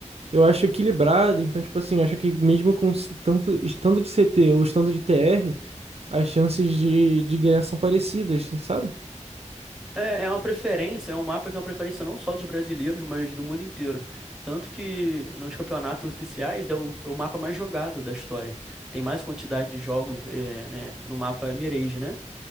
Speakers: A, on the right; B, in the centre.
A: eu acho equilibrado. Então, tipo assim, eu acho que mesmo com s- tanto estando de CT ou estando de TR, as chances de, de ganhar são parecidas, sabe?
B: É, é uma preferência, é um mapa que é uma preferência não só dos brasileiros, mas do mundo inteiro. Tanto que nos campeonatos oficiais é o, é o mapa mais jogado da história. Tem mais quantidade de jogos, é, né, no mapa Mirage, né?